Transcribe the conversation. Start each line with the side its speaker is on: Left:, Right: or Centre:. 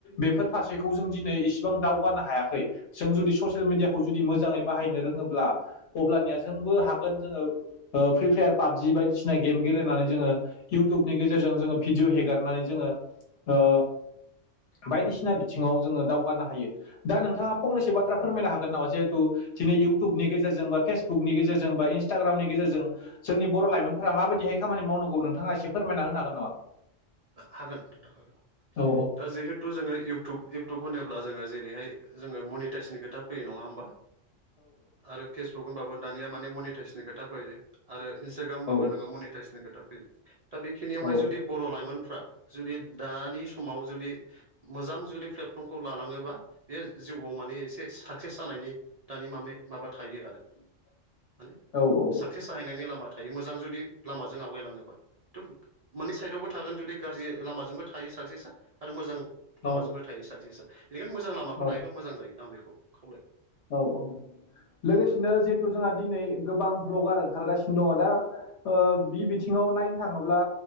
Left: बेफोर फारसेखौ जों दिनै इसिबां दावगानो हायाखै। जों जुदि ससियेल मिडियाखौ जुदि मोजाङै बाहायनो रोङोब्ला अब्लानिया जोंबो हागोन जोङो फ्रि फायार पाबजि बायदिसिना गेम गेलेनानै जोङो इउटुबनि गेजेर गेजेरजों जोङो भिडि' हेगारनानै जोङो ओ बायदिसिना बिथिङाव जोङो दावगानो हायो। दा नोंथाङा फंनैसो बाथ्रा फोरमायनो हागोन नामा जिहेथु दिनै इउटुबनि गेजेरजों बा फेस बुकनि गेजेरजों बा इन्स्टाग्रामनि गेजेरजों जोंनि बर' लाइमोनफोरा माबायदिहाय खामानि मावनांगौ नोंथाङा एसे फोरमायना होनो हागोन नामा?
Right: हागोन नोंथां हागोन
Left: औ
Right: दा जिहेत थु जोङो इउटुब इउटुब होनोब्ला जोङो जेरैहाय जोङो मनिटाइसनि खोथा फैयो नङा होम बा आरो फेसबुक होनबाबो दानिया माने मनिताइसनि खोथा फैयो। आरो इन्सटाग्राम
Left: औ
Right: बाबो नोङो मनिटाइसनि खोथा फैयो दा बेखिनियावहाय
Left: औ
Right: जुदि बर' लाइमोन फ्रा जुदि दानि समाव जुदि मोजां जुदि प्लेटफर्मखौ लालाङोबा बे जिउआव माने एसे साक्सेस जानायनि दानि मानि माबा थायो आरो
Left: <inaudible>
Right: माने
Left: औ
Right: साक्सेस जाहैनायनि लामा थायो मोजां जुदि लामाजों आवगायलाङोबा थ' मोननै साइडआवबो थागोन जुदि गाज्रि लामाजोंबो थायो साक्सेसा आरो मोजां
Left: औ
Right: लामाजोंबो थायो साैसा बेनिखायनो मोजां लामाखौ
Left: औ
Right: लायोबा मोजां जायो आं बेखौ खावलायो।
Left: औ औ लोगोसेनो
Right: नोंथां
Left: जिहेथु जोंहा दिनै गोबां भ्लगार ओंखारगासिनो दङ दा
Right: औ
Left: बि बिथिङाव नायनो थाङोब्ला